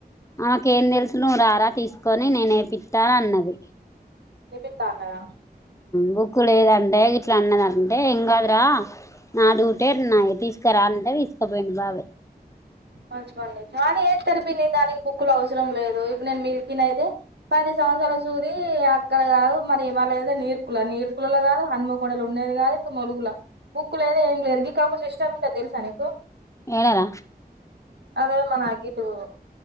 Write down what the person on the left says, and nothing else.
నాకేం తెలుసు నువ్వు రారా తీసుకొని నేనేపిత్తాను అన్నది
బుక్కు లేదంటే ఇట్లా అన్నదంటే ఏం కాదురా నా డు టే నా తీసుకురా అంటే తీసుక్ స పోయిను బాబ
ఏడ రా